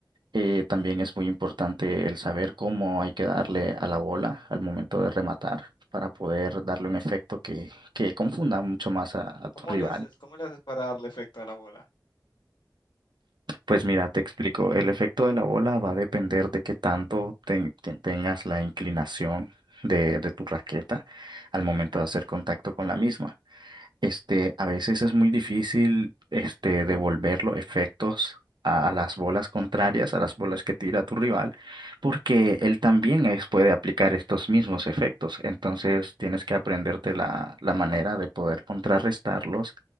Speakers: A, on the right; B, on the left.
A: Eh, también es muy importante el saber cómo hay que darle a la bola al momento de rematar para poder darle un efecto que, que confunda mucho más a, a tu
B: ¿cómo
A: rival.
B: le haces, cómo le haces para darle efecto a la bola?
A: Pues mira, te explico, el efecto de la bola va a depender de qué tanto ten- ten- tengas la inclinación de, de tu raqueta al momento de hacer contacto con la misma. Este, a veces es muy difícil, este, devolver los efectos a, a las bolas contrarias, a las bolas que tira tu rival, porque él también es- puede aplicar estos mismos efectos. Entonces tienes que aprenderte la, la manera de poder contrarrestarlos,